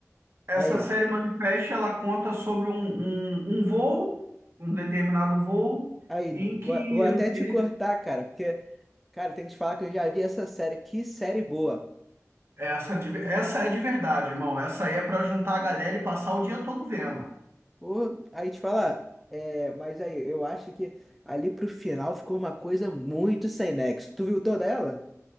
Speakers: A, on the right (about 50°); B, in the centre.
A: Essa
B: Aí,
A: série Manifest, ela conta sobre um, um, um voo, um determinado voo,
B: Aí,
A: em que
B: vou vou
A: ele,
B: até te cortar, cara, porque, cara, tem que te falar que eu já vi essa série. Que série boa.
A: essa, de- essa é de verdade, irmão. Essa aí é para juntar a galera e passar o dia todo vendo.
B: Pô, aí te falar, é, mas aí, eu acho que ali pro final ficou uma coisa muito sem nexo. Tu viu toda ela?